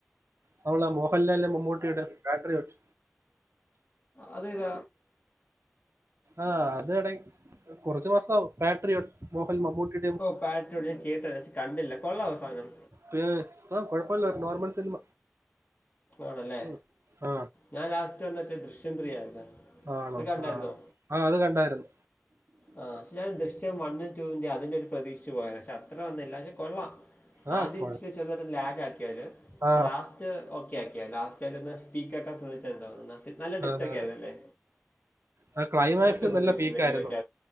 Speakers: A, on the right; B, on the left.
A: നമ്മളടെ മോഹൻലാലിന്റെയും മമ്മൂട്ടിയുടെയും പാട്രിയോറ്റ്.
B: അതേതാ
A: ആഹ് അത് എറങ്ങ് കുറച്ചു മാസായി പാട്രിയോട്ട് മോഹൻൽ മമ്മൂട്ടി
B: ഓഹ് പാട്രിയോട്ട് ഞാൻ കേട്ട് വച്ച് കണ്ടില്ല കൊള്ളാവോ സാനം
A: പിയേ യ് ആഹ് കൊഴപ്പൊല്ല നോർമൽ സിനിമ
B: ആണല്ലേ.
A: ഉം. ആ
B: ഞാൻ ലാസ്റ്റ് കണ്ടത് റ്റേ ദൃശ്യം ത്രീ ആയിരുന്നു.
A: ആണോ
B: അത് കണ്ടായിരുന്നോ
A: ആഹ്. ആഹ് അത് കണ്ടായിരുന്നു
B: ആഹ് പക്ഷെ ഞാൻ ദൃശ്യം വൺ ടു ന്റെ അതിന്റ ഒരു പ്രതീക്ഷിച്ചു പോയതാ പക്ഷെ അത്ര വന്നില്ല പക്ഷെ കൊള്ളാം
A: ആ
B: ആദ്യം
A: കുഴ-
B: ഇച്ചിരി ചെറുതായിട്ട് ഒരു ലാഗ്ആക്കി അവര് പക്ഷെ
A: ആ
B: ലാസ്റ്റ് അത് ഓക്കെ ആക്കി ലാസ്റ്റൽ ഒന്ന് സ്പീക്കർ <unintelligible> നല്ല ടിസ്റ്റ്
A: അതെ
B: ഒക്കെ
A: അതെ
B: ആയിരുന്നു അല്ലെ
A: ആ ക്ലൈമാക്സ്
B: ഞാൻ ഒട്ടും പ്രതീക്ഷിച്ചില്ല
A: നല്ല പീക്കായിരുന്നു
B: ഇങ്ങനെ.